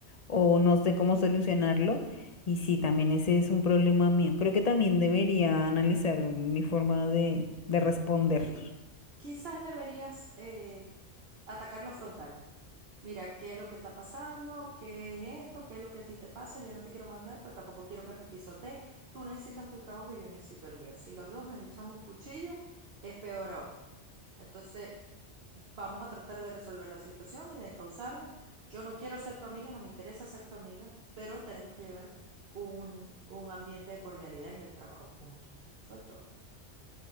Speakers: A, on the left (about 40°); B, on the right (about 60°).
A: o no sé cómo solucionarlo. Y sí, también ese es un problema mío. Creo que también debería analizar mi forma de, de responder.
B: Qui- quizás deberías eh, atacarlo frontal. Mira, ¿qué es lo que está pasando? ¿Qué es esto? ¿Qué es lo que a ti te pasa? Yo no te quiero mandar, pero tampoco quiero que me pisotee. Tú necesitas tu trabajo y yo necesito el mío. Si los dos nos echamos cuchillo, es peor aún. Entonces, vamos a tratar de resolver la situación y de encauzarnos. Yo no quiero ser tu amiga, no me interesa ser tu amiga, pero tenemos que llevar un, un ambiente de cordialidad en el trabajo, punto. Eso es todo.